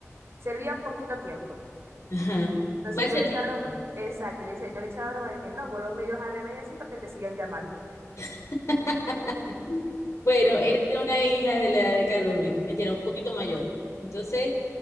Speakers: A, on the right; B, on the left.
A: servían poquito tiempo.
B: ajá.
A: Entonces
B: Mal servicio.
A: yo le echaba broma, exacto, yo, decía- yo le echaba broma de que no, vos los medios arregla y así para que te sigan llamando.
B: <laughs> Bueno, él era una hija de la de Carlos Luis, me tira un poquito mayor. Entonces,